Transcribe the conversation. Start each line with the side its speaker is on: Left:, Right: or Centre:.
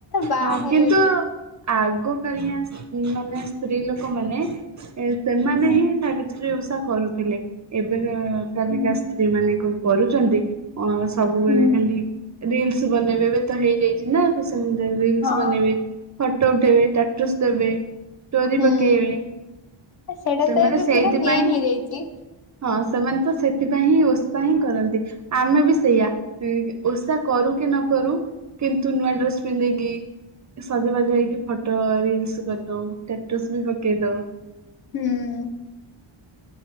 Left: ବାହା
Right: ହଁ
Left: ହେଲେ
Right: କିନ୍ତୁ ଆଗ କଳିଆ ମାନେ ସ୍ତ୍ରୀ ଲୋକମାନେ ଏ ସେମାନେ
Left: ହୁଁ
Right: ହିଁ ସାବିତ୍ରୀ ଓଷା କରୁଥିଲେ ଏବେ କାଲିକା
Left: ହୁଁ
Right: ସ୍ତ୍ରୀ ମାନେ କଣ କରୁଚନ୍ତି? ହଁ ସବୁବେଳେ
Left: ହୁଁ
Right: ଖାଲି ରିଲସ୍ ବନେଇବେ ଏବେତ ହେଇଯାଇଚିନା ସେ ରିଲସ୍
Left: ହଁ
Right: ବନେଇବେ ଫଟୋ ଉଠେଇବେ ଷ୍ଟାଟସ୍ ଦେବେ ଷ୍ଟୋରୀ
Left: ହୁଁ।
Right: ପକେଇବେ
Left: ସେଇଟା
Right: ସେମାନେ
Left: ତ ଏବେ
Right: ସେଇଥିପାଇଁ
Left: ପୁରା ମେନ୍ ହେଇଯାଇଛି।
Right: ହଁ ସେମାନେତ ସେ ସେଥିପାଇଁହିଁ ଓଷାହିଁ କରନ୍ତି ଆମେ ବି ସେଇଆ ଓଷା କରୁକି ନ କରୁ କିନ୍ତୁ ନୂଆଁ ଡ୍ରେସ୍ ପିନ୍ଧିକି ସଜବାଜ ହେଇକି ଫଟୋ ରିଲସ୍ କରିଦଉ ଷ୍ଟାଟସ୍ ବି ପକେଇ ଦଉ।
Left: ହୁଁ।